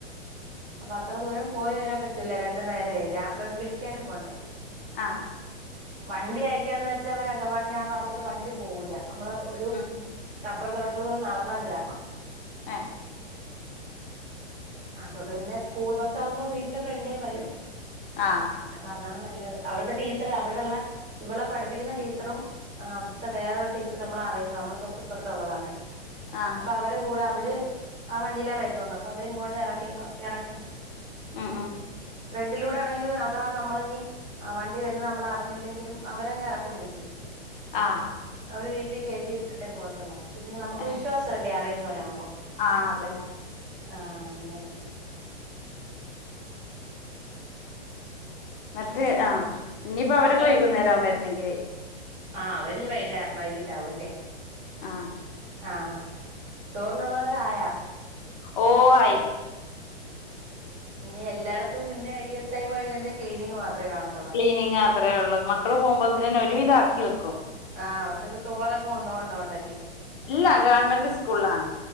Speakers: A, on the right (about 20°); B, on the left (about 50°).
A: അപ്പത്ര ദൂരം പോയി വരാൻ പറ്റൂല രണ്ടു നേരുവേ രാ വ് വിളിക്ക്യാനും പോണ്ടേ.
B: ആഹ്.
A: വണ്ടിയയക്ക്യാന്ന് വെച്ചാ അവര് അങ്കവാടിന്റെ ആ ഭാഗത്തോട്ട് വണ്ടി പോവൂല്ല മ്മള് ഒരു.
B: ഉം
A: റബ്ബർ തോട്ടത്തിലൂടെ നടന്നങ് കേറണം.
B: ഏഹ്.
A: അതോണ്ട് പിന്നെ സ്കൂൾ ബസ്സാവുമ്പ വീടിന്റെ ഫ്രണ്ടേ വരും.
B: ആഹ്.
A: അപ്പതാണ് നല്ലത് അവിട്ത്തെ ടീച്ചറ് അവിടെള്ള ഇവളെ പഠിപ്പിക്ക്യുന്ന ടീച്ചറും. ആഹ് അവിട്ത്തെ വേറൊരു ടീച്ചറ് നമ്മളെ അറിയുന്ന അമ്മള് തൊട്ടുപ്പർത്തൊള്ളതാണേ
B: ആഹ്
A: അപ്പവര് ൻ്റ കൂട അവര് ആ വണ്ടീലാ വരുന്നത് അപ്പൊ അവരിങ്ങോട്ട് എറക്കിയങ് ഏറക്കും.
B: ഉം ഉം.
A: ഫ്രണ്ടിലൂടെ ആണെങ്കിലും അഥവാ നമ്മള്ഞ് ആഹ് വണ്ടി വരുന്നത് നമ്മളറിഞ്ഞില്ലെങ്കിലും അവരങ്ങെറക്കും വീട്ടില്.
B: ആഹ്.
A: അവര് വീട്ടീ കേറ്റി വിട്ടിട്ടേ പോകത്തുള്ളൂ അപ്പൊ പിന്നെ നമുക്ക്
B: ഏഹ്
A: വിശ്വാസവല്ലേ അറിയുന്നവരാകുമ്പൊ.
B: ആഹ് അതന്നെ.
A: ആഹ് അങ്ങനെ.
B: മറ്റേ ആഹ് ഇഞ്ഞിപ്പോ അവരൊക്കെ
A: മക്കളെ
B: വൈകുന്നേരാവും വെര്നെങ്കില്.
A: ആഹ് അവരിഞ്ഞ് വൈന്നേ വൈകിട്ടാവു അല്ലേ.
B: ആഹ്.
A: ആഹ് ചോറ്നുള്ളതൊക്കായ.
B: ഓഹ് ആയി.
A: ഇനി എല്ലായിടത്തും പിന്ന ഈ ഒരു ടൈമ് കഴിഞ്ഞാ പിന്നെ ക്ലീനിങ് മാത്രേ കാണത്
B: ക്ലീനിങാത്രേള്ളൂ മക്കള് പോകുമ്പോത്തിനെന്നെ ഒരുവിധാക്കി വെക്കും.
A: ആഹ് അവർക്കൊക്കെ ചോറൊക്കെ കൊണ്ടോവണ്ടോണ്ടല്ലേ.
B: ഇല്ല ഗവൺമെന്റ് സ്കൂൾലാണ്.